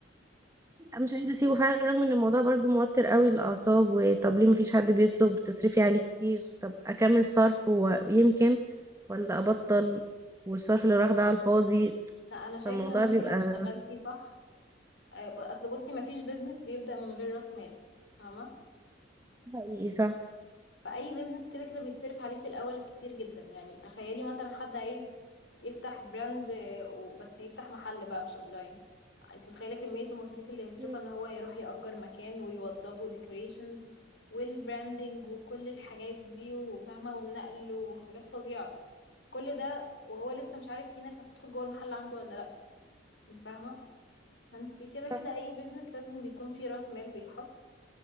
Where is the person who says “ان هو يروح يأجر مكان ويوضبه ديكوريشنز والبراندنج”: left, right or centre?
Left